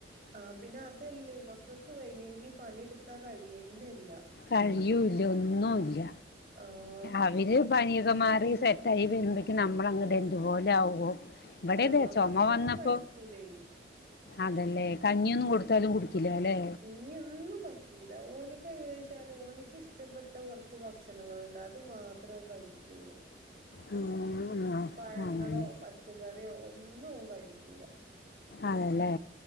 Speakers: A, on the right (about 50°); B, on the left (about 60°).
A: ആ പിന്നെ അതല്ലേ മക്കക്ക് വയ്യെങ്കി പണിയെടുത്താ കഴിയുന്നില്ല
B: കഴിയൂല്ല ഒന്നുല്ല
A: ആഹ്
B: അവര് പനിയൊക്കെ മാറി സെറ്റായി വരുമ്പേക്കും നമ്മള് അങ്ങ് എന്തുപോലെ ആവോ ഇവിടെതേ
A: ആ
B: ചൊമ
A: ഭക്ഷണം
B: വന്നപ്പോ
A: കഴിക്കൂലേ
B: അതല്ലേ കഞ്ഞിയൊന്നും കൊടുത്താലും കുടിക്കൂലല്ലേ
A: നിയൊന്നും പറ്റൂല ഓന്ക്ക് എങ്ങനെയാ വച്ചാല് ഓന്ക്ക് ഇഷ്ടപ്പെട്ട കൊറച്ച് ഭക്ഷണങ്ങളുണ്ട് അത് മാ ത്രം കഴിക്കുള്ളൂ
B: ആ, ആ,
A: പഴങ്ങളോ
B: അങ്ങനെ
A: പച്ചക്കറിയോ ഒന്നും ഓൻ കഴിക്കൂല
B: അതെല്ലേ